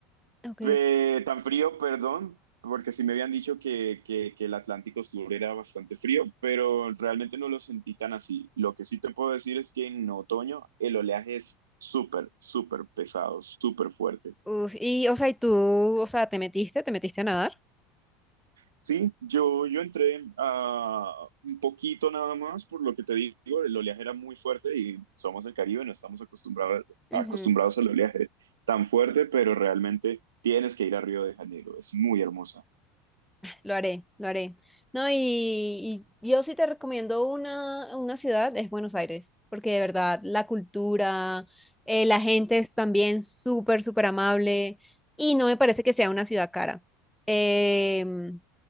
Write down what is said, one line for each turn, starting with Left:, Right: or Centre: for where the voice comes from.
Centre: Ok.
Right: pe- tan frío, perdón, porque sí me habían dicho que, que, que el Atlántico Sur era bastante frío, pero realmente no lo sentí tan así. Lo que sí te puedo decir es que en otoño el oleaje es súper, súper pesado, súper fuerte.
Centre: Uf, y, o sea, y tú, o sea, ¿te metiste? ¿Te metiste a nadar?
Right: Sí, yo, yo entré a un poquito nada más, por lo que te digo, el oleaje era muy fuerte y somos del Caribe, no estamos acostumbrados, acostumbrados
Centre: Ujú.
Right: al oleaje tan fuerte, pero realmente tienes que ir a Río de Janeiro, es muy hermosa.
Centre: Lo haré, lo haré. No, y, y yo sí te recomiendo una, una ciudad, es Buenos Aires, porque de verdad la cultura, eh, la gente es también súper, súper amable y no me parece que sea una ciudad cara. Em,